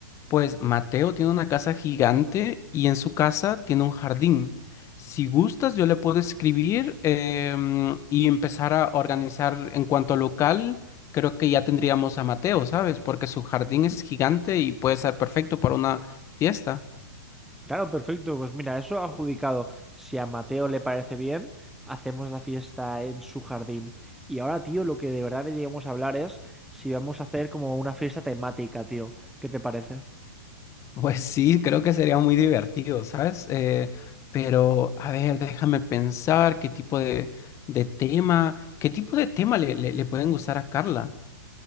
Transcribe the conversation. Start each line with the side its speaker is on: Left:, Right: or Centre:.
Left: Pues Mateo tiene una casa gigante y en su casa tiene un jardín. Si gustas, yo le puedo escribir em, y empezar a organizar en cuanto local. Creo que ya tendríamos a Mateo, ¿sabes? Porque su jardín es gigante y puede ser perfecto para una fiesta.
Centre: Claro, perfecto. Pues mira, eso adjudicado. Si a Mateo le parece bien, hacemos la fiesta en su jardín. Y ahora, tío, lo que de verdad deberíamos hablar es si vamos a hacer como una fiesta temática, tío. ¿Qué te parece?
Left: Pues sí, creo que sería muy divertido, ¿sabes? Eh, pero, a ver, déjame pensar qué tipo de, de tema, qué tipo de tema le, le, le pueden gustar a Carla.